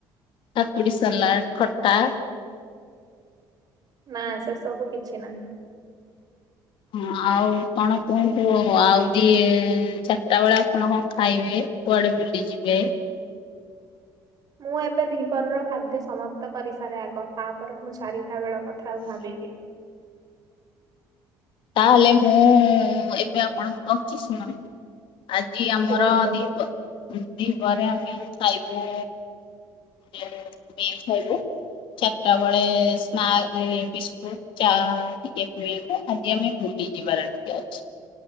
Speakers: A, on the left; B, on the right.
A: କାକୁଡି ସାଲଡ଼ ଖଟା।
B: ନା ସେ ସବୁ କିଛି ନାହିଁ।
A: ହଁ, ଆଉ କଣ କୁହନ୍ତୁ ଆଉ ଦି ଚାରିଟା ବେଳେ ଆପଣ କଣ ଖାଇବେ। କୁଆଡେ ବୁଲି ଯିବେ।
B: ମୁଁ ଏବେ ଦିହିପର ର ଖାଦ୍ୟ ସମାପ୍ତ କରିସାରେ ଆଗ ତାପରେ ମୁଁ ଚାରି ରିଟା ବେଳ କଥା ଆଉ ଭାବିବି।
A: ତାହେଲେ ମୁଁ ଏବେ ଆପଣଙ୍କୁ କହୁଛି ଶୁଣ। ଆଜି ଆମର
B: କୁହନ୍ତୁ।
A: ଦିହି ପ ଦିହିପହରେ ରେ ଆମେ ଖାଇବୁ ମିଲ ଖାଇବୁ। ଚାରିଟା ବେଳେ ସ୍ନାକ ରେ ବିସ୍କୁଟ ଚା ଟିକେ ପିଇବୁ। ଆଜି ଆମେ ବୁଲି ଯିବାର ଟିକେ ଅଛି।